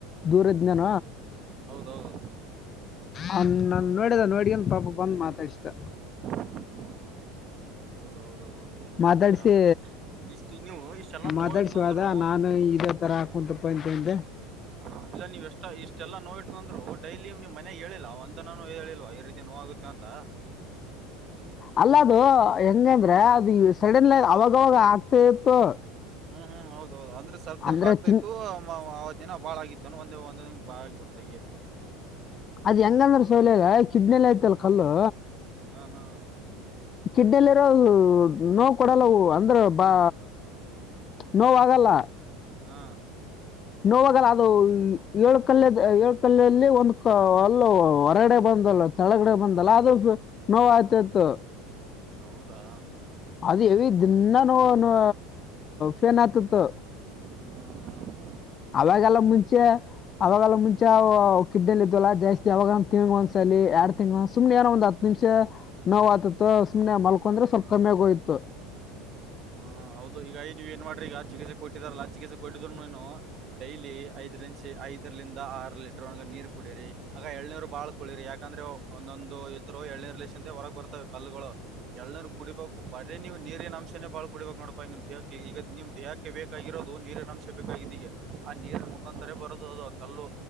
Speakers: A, on the left (about 35°); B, on the right (about 45°).
A: <unintelligible> ಇದ್ನೇನ
B: ಹೌದೌದು.
A: ಅವ್ನ್ ನನ್ ನೋಡಿದ ನೋಡಿಯೇನ್ ಪಾಪ ಬಂದ್ ಮಾತಾಡಿಸಿದ.
B: ಹ್ಮ್ ಹ್ಮ್ ಹೌದೌದು ಹೌದು ಏನ್
A: ಮಾತಾಡ್ಸಿ
B: ಮಾಡ್ತೀರಾ ಇಷ್ಟ ನೀವು ಇಷ್ಟೆಲ್ಲಾ
A: ಮಾತಾಡ್ಸ್
B: ನೋವು ಇಟ್ಕೊಂಡ್ರುನು
A: ವಾಗ ನಾನು ಇದೇ ತರ ಕುಂತಪ್ಪ ಎಂತಂದೆ
B: ಅ ಇಲ್ಲ ನೀವ್ ಎಷ್ಟ ಇಷ್ಟೆಲ್ಲ ನೋವ್ ಇಟ್ಕೊಂಡ್ರು ಡೈಲಿ ನೀವ್ ಮನೆಗೇಳಿಲ್ಲ ಒಂದಿನಾನೂ ಹೇಳಿಲ್ವಾ ಈ ರೀತಿ ನೋವ್ ಆಗುತ್ತ ಅಂತ
A: ಅಲ್ಲಾದು ಹೆಂಗಂದ್ರೆ ಅದು ಸಡನ್ಲಿ ಅವಾಗವಾಗ ಆಗ್ತಾ ಇತ್ತು.
B: ಹ್ಮ್ ಹ್ಮ್ ಹೌದೌದು ಅಂದ್ರೆ ಸ್ವಲ್ಪ್ ಸ್ವಲ್ಪ
A: ಅಂದ್ರೆ
B: ಆಗ್ತಾಯಿತ್ತು
A: ತಿಂಗ್
B: ಮ್ ಆ ಆ ದಿನ ಭಾಳ ಆಗಿತ್ತೇನು ಒಂದೇ ಒಂದ ಭಾಳ ಆಗಿಬಿಡ್ತ್ ಹಂಗೆ
A: ಅದ್ ಹೆಂಗಂದ್ರ ಸೌಲಲ್ಲ ಕಿಡ್ನಿಲ್ ಐತಲ್ಲ ಕಲ್ಲು
B: ಆ ಹಾಂ
A: ಕಿಡ್ನಿಲ್ ಇರೋ ನೋವು ಕೊಡಲ್ಲ ಅವು ಅಂದ್ರೆ ಬಾ ನೋವಾಗಲ್ಲ.
B: ಹಾಂ
A: ನೋವಾಗಲ್ಲ ಅದು. ಏಳ್ ಕಲ್ ಅದೆ ಏಳ್ ಕಲ್ಲಲ್ಲಿ ಒಂದು ಕ ಅಲ್ಲು ಹೊರಗಡೆ ಬಂದಲ್ಲ ತಳಗಡೆ ಬಂದಲ್ಲ ಅದು ನೋವ್ ಆತಾಯಿತ್ತು.
B: ಹೌದಾ
A: ಅದು ಹೆವಿ ದಿನ್ನ ನೋವ ನೋ ಫೇನ್ ಆತಿತ್ತು.
B: ಹ್ಮ್ ಹ್ಮ್
A: ಅಲಾಗಲ್ಲ ಮುಂಚೆ ಅವಾಗಲ್ಲ ಮುಂಚೆ ಅವ ಕಿಡ್ನಿಲ್ ಇದ್ವಲ್ಲ ಜಾಸ್ತಿ ಯಾವಾಗನ ತ್ರಿ ಮಂತ್ಸಲ್ಲಿ ಎರಡ್ ತಿಂಗ್ ಸುಮ್ನೆ ಏನೋ ಒಂದ್ ಹತ್ ನಿಮಿಷ ನೋವು ಆತತ್ತು ಸುಮ್ನೆ ಮಲ್ಕೊಂದ್ರೆ ಸ್ವಲ್ಪ್ ಕಮ್ಮಿಗೋಯ್ತು.
B: ಹ್ಮ್ ಅ ಹೌದು ಈಗ ಇದೀವಿ ನೋಡ್ರೀಗ ಚಿಕಿತ್ಸೆ ಕೊಟ್ಟಿದಾರಲ್ಲಾ ಚಿಕಿತ್ಸೆ ಕೊಟ್ಟಿದ್ರುನು ಡೈಲಿ ಐದ್ ನಿಂಷಿ ಐದರ್ಲಿಂದ ಆರು ಲೀಟರ್ ಒಗೆ ನೀರ್ ಕುಡೀರಿ ಆಗ ಎಳ್ನೀರು ಬಾಳ್ ಕುಡಿರಿ ಯಾಕಂದ್ರೆ ಒಂದೊಂದು ಇದ್ರು ಎಳ್ನೀರ್ ಲೀಶಾಂತೆ ಹೊರಗ್ ಬರ್ತವೆ ಕಲ್ಲುಗಳು, ಎಳ್ನೀರ್ ಕುಡಿಬೇಕು ಬರೀ ನೀವು ನೀರಿನ ಅಂಶನೆ ಬಾಳ್ ಕುಡಿಬೇಕು ನೋಡಪಾ ನಿಮ್ ದೇಹಕ್ಕೆ ಈಗ ನಿಮ್ ದೇಹಕ್ಕೆ ಬೇಕಾಗಿರೋದು ನೀರಿನ ಅಂಶ ಬೇಕಿದ್ದೀಗ ಆ ನೀರ್ ಮುಖಾಂತರ ಬರೋದದು ಕಲ್ಲು.